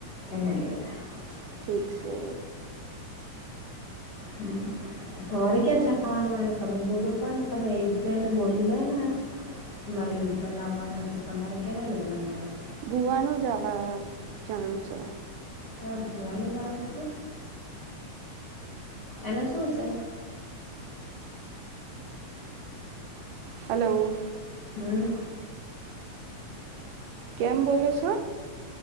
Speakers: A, on the left; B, on the right.
A: એને લેવડાયા.
B: ઠીક છે
A: હ તમારે ક્યાં જવાનું હોય તમે બોલો પણ તમે એક બેને બોલી લે ને કે મારે લોગડા લાવવાના તો તમારે કેના લોગડા લાવવા
B: ભુવાનું જવા જાણ છે.
A: હ જોવાને જ છે એના શું છે?
B: હલો!
A: હમ
B: કેમ બોલો છો?